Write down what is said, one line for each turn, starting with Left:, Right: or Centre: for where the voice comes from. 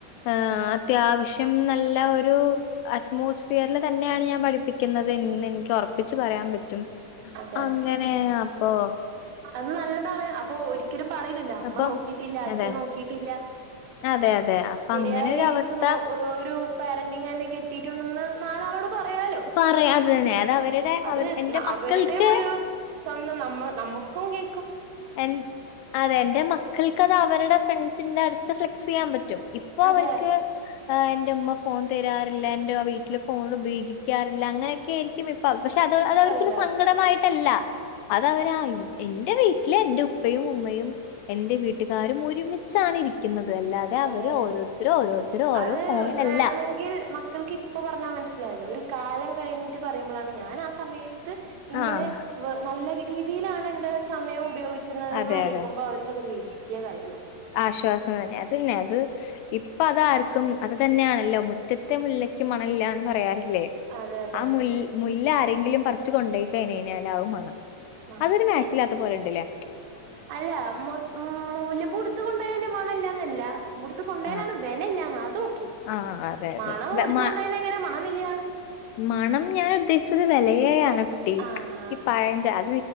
Left: ആഹ് അത്യാവശ്യം നല്ല ഒ രു ആറ്റ്മോസ്ഫിയറിൽ തന്നെയാണ് ഞാൻ പഠി പ്പിക്കുന്നത് ന്ന് ഇനിക്ക് ഒറപ്പ പ്പിച്ച് പറയാൻ പ റ്റും
Right: അതെ
Left: അങ്ങനെ ഓ
Right: അത് നല്ലതാണ് അപ്പൊ ഒരി ഒരിക്കലും പറയില്ലല്ലോ അമ്മ
Left: അപ്പം
Right: നോക്കിയിട്ടില്ല അച്ഛൻ
Left: അതെ
Right: നോക്കിയിട്ടില്ല
Left: അതെ അതെ അപ്പൊ
Right: ശരിയായ
Left: അങ്ങനെ ഒരു
Right: രീതിക്ക്
Left: അവസ്ഥ
Right: നോ ഒരു പാരന്റിങ്ങനെ കിട്ടിട്ടുണ്ടന്ന് നാലാളോട് പറയാലോ
Left: പറയാ അത അതന്നെ അത്
Right: ആ
Left: അവരുടെ
Right: അത്
Left: അവർ എൻ്റെ മക്കൾക്ക്
Right: അവരുടെയും ഒരു സ്വന്തം നമ്മ നമ്മുക്കും ഈ
Left: എന്റെ അതെ എന്റെ മക്കൾക്കത് അവരുടെ ഫ്രണ്ട്- ഫ്രണ്ടസിന്റെ അടുത്ത് ഫ്ലക്സ് ചെയ്യാൻ പറ്റും ഇപ്പൊ
Right: അതെ
Left: അവർക്ക് ആ് എന്റെമ്മ ഫോൺ തരാറില്ല എന്റെ വീട്ടില് ഫോൺ ഉപയോഗിക്കാറില്ല അങ്ങനെയൊക്കൊയിരിക്കും ഇപ്പൊ പക്ഷെ അത് അത് അവർക്കൊരു
Right: പറയണ്ടാവും
Left: സങ്കടമായിട്ടല്ല അതവരാ എൻറെ വീട്ടിൽ എന്റെ ഉപ്പയും ഉമ്മയും എന്റെ വീട്ടുകാരും ഒരുമിച്ചാണ് ഇരിക്കുന്നത് അല്ലാതെ
Right: അതെ
Left: അവര് ഓരോരുത്തരും ഓരോരുത്തരും ഓരോ
Right: അത്
Left: ഫോണിലല്ല.
Right: വേണമെങ്കിൽ മക്കൾക്ക് ഇപ്പൊ പറഞ്ഞാൽ മനസ്സിലാവില്ല ഒരു- കാലം കഴിഞ്ഞിട്ട് പറയുമ്പോഴാണ് ഞാൻ ആ സമയത്ത് സമയത്ത് ഇങ്ങനെ
Left: ആഹ്.
Right: നല്ല രീതിയിലാണ് എന്റെ സമയം ഉപയോഗുന്നത്
Left: അതെ
Right: ആലോചിക്കുമ്പോ
Left: അതെ.
Right: അവർക്കതൊരു വല്യ വല്യ കാര്യമാ
Left: ആശ്വാസം അതന്നെ അത് ഇപ്പൊ അതാർക്കും അത- തന്നെയണല്ലോ മുറ്റത്തെ മുല്ലയ്ക്ക് മണമില്ലാന്ന് പറയാറ- പറയില്ലേ
Right: അതെ അതെ
Left: ആ
Right: അതെ
Left: മുല്ല- എന്തെങ്കിലും പറിച്ച് കൊണ്ടോയി കഴിഞ്ഞൽ ആവും മണം
Right: അത്
Left: അതൊരു മാച്ചില്ലാത്ത
Right: ശരി
Left: പോലെ ഉണ്ടല്ലേ
Right: അല്ല ഉ മൂല്ല പൂ പൊടു മുറ്റത്തു കൊണ്ടയാലും മണല്ലന്നല്ല മുറത്ത് കൊണ്ട പോയാലാണ്
Left: ആഹ്
Right: വില ല്ലങ്ങ് അതു
Left: ആഹ് അതെ അതെ.
Right: മണം
Left: വെ
Right: എടുത്ത
Left: മ
Right: കൊണ്ടായാലങ്ങനാ മണം വരിക
Left: മണം ഞാൻ ഉദ്ദേശിച്ചത് വിലയെയാണ്
Right: ആ ആ
Left: ഈ പഴഞ്ച അത്